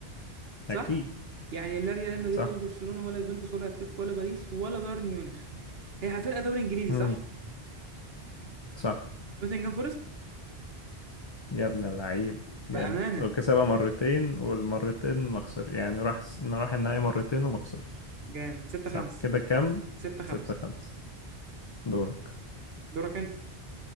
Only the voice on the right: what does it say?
صح؟
يعني لا ريال مدريد
ولا برشلونة ولا يوفنتوس ولا اتلتيكو ولا باريس ولا بايرن ميونخ هي فرقة دوري إنجليزي
صح؟
نوتنجهام فورست
بأمانة
جامد ستة
خمسة
ستة خمسة
دورك أنت